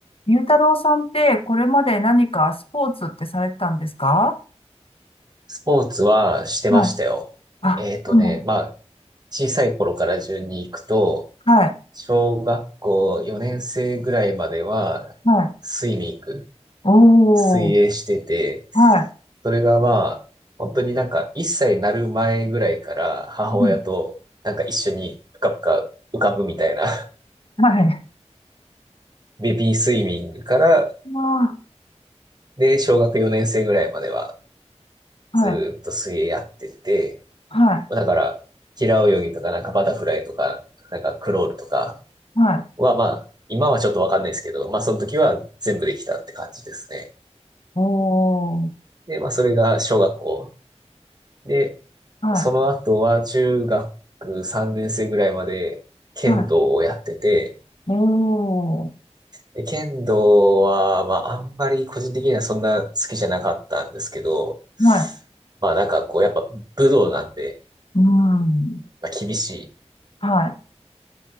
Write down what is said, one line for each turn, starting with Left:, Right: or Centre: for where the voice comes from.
Left: ゆうたろうさんって、これまで何かスポーツってされてたんですか
Right: スポーツはしてましたよ。
Left: はい。あ、
Right: えっとね、
Left: うん。
Right: まあ、小さい頃から順に行くと、
Left: はい。
Right: 小学校4年生ぐらいまでは、
Left: はい。
Right: スイミング、
Left: おー。
Right: 水泳してて、
Left: はい。
Right: それがまあ、本当になんか1歳になる前ぐらいから母親となんか一緒にぷかぷか浮かぶみたいな
Left: うんはい。
Right: <laughs> ベビースイミングから、
Left: あ
Right: で、小学4年生ぐらいまでは
Left: ーはい。
Right: ずーっと水泳やってて、
Left: はい。
Right: だから、平泳ぎとか、なんかバタフライとか、なんかクロールとか
Left: はい。
Right: は、まあ、今はちょっとわかんないですけど、まあ、その時は全部できたって感じですね。
Left: おー。
Right: で、まあ、それが小学校。で、
Left: はい。
Right: その後は中学3年生ぐらいまで剣道をやってて、
Left: はい。おー。
Right: で剣道は、まあ、あんまり個人的にはそんな好きじゃなかったんですけど、
Left: はい。
Right: まあ、なんかこう、やっぱ武道なんで、
Left: うん。
Right: まあ、厳しい。
Left: はい。